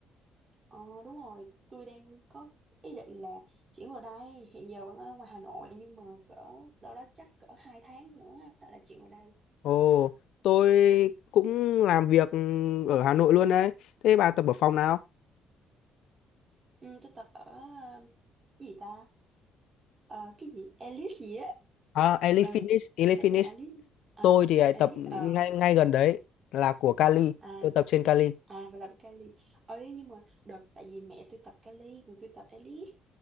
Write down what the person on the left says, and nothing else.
Ồ, tôi cũng làm việc ở Hà Nội luôn đấy. Thế bà tập ở phòng nào?
À, Elite
Fitness, Elite
Fitness.
Tôi thì lại
tập ngay
ngay gần đấy là của Cali.
Tôi tập trên Cali.